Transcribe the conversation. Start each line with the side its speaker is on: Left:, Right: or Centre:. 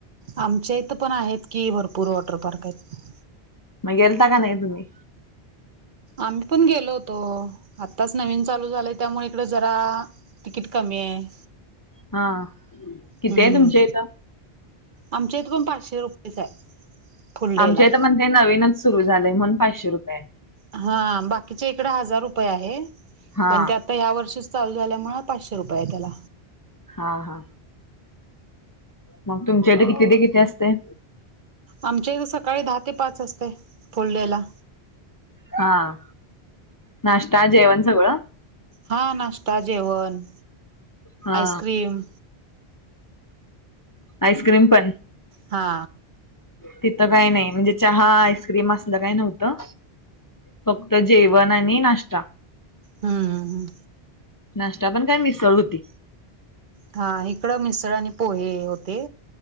Right: आमच्या इथं पण आहेत की भरपूर वॉटर पार्क आहेत.
Left: म गेलता का नाही तुम्ही?
Right: आम्ही पण गेलो होतो आत्ताच नवीन चालू झाले त्यामुळे इकडे जरा तिकीट कमी आहे.
Left: हा किती
Right: हम्म
Left: हाय तुमच्या इथं?
Right: आमच्या इथ पण पाचशे रुपयेच आहे. फुल डे
Left: आमच्या
Right: ला
Left: इथ म्हण ते नवीनच सुरू झालेय म्हणून पाचशे रुपये आहे.
Right: हा बाकीच्या इकडे हजार रुपये आहे
Left: हा
Right: पण ते आता या वर्षी चालू झाल्यामुळे पाचशे रुपये आहे त्याला.
Left: हा हा मग तुमच्याडे किती ते किती असतंय?
Right: आमच्या इथ सकाळी दहा ते पाच असते फुल डे ला.
Left: हा नाश्ता जेवण सगळं.
Right: हां नाश्ता, जेवण,
Left: हा
Right: आईस्क्रीम.
Left: आईस्क्रीम पण.
Right: हा.
Left: तिथं काय नाही म्हणजे चहा आईस्क्रीम असलं काय नव्हतं. फक्त जेवण आणि नाश्ता
Right: हम्म हम्म हम्म.
Left: नाश्ता पण काय मिसळ होती.
Right: हा इकडं मिसळ आणि पोहे होते.